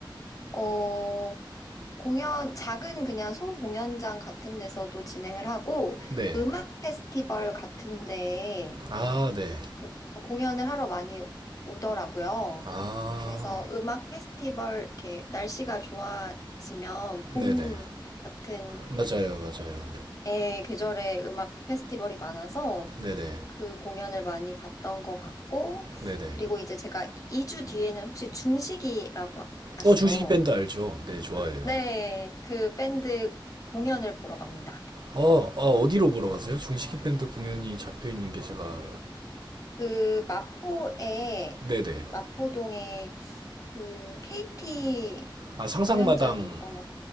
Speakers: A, on the left; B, on the right.
A: 어, 공연, 작은 그냥 소공연장 같은 데서도 진행을 하고
B: 네.
A: 음악 페스티벌 같은 데에
B: 아, 네.
A: 그, 어, 공연을 하러 많이 오더라고요.
B: 아,
A: 그래서 음악 페스티벌, 이렇게 날씨가 좋아지면 봄
B: 네네.
A: 같은
B: 맞아요, 맞아요.
A: 애 계절에 음악 페스티벌이 많아서
B: 네네.
A: 그 공연을 많이 봤던 것 같고,
B: 네네.
A: 그리고 이제 제가 2주 뒤에는 혹시 중식이라고 아시죠?
B: 어, 중식이 밴드 알죠? 네, 좋아해요.
A: 네, 그 밴드 공연을 보러 갑니다.
B: 어, 아, 어디로 보러 가세요? 중식이 밴드 공연이 잡혀 있는 게 제가.
A: 그 마포에,
B: 네네.
A: 마포동에 그 KT
B: 아, 상상마당,
A: 공연장이 있던 것